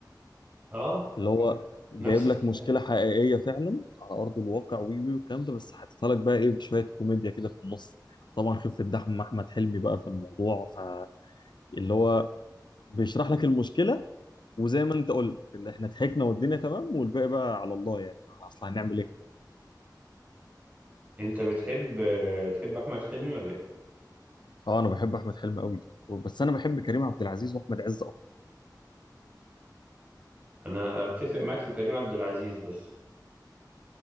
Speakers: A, on the right; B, on the left.
A: اه
B: اللي هو جايب
A: نفس الكلام
B: لك مشكله حقيقيه فعلا على ارض الواقع وي وي والكلام ده بس حاططها لك بقى ايه بشويه كوميديا كده في النص طبعا خفه دحم احمد حلمي بقى في الموضوع فاللي هو بيشرح لك المشكله وزي ما انت قلت اللي احنا ضحكنا والدنيا تمام والباقي بقى على الله يعني اصل هنعمل ايه
A: انت بتحب آه، تحب احمد حلمي ولا ايه
B: اه انا بحب احمد حلمي قوي بس انا بحب كريم عبد العزيز واحمد عز اكتر
A: انا اتفق معاك في كريم عبد العزيز بس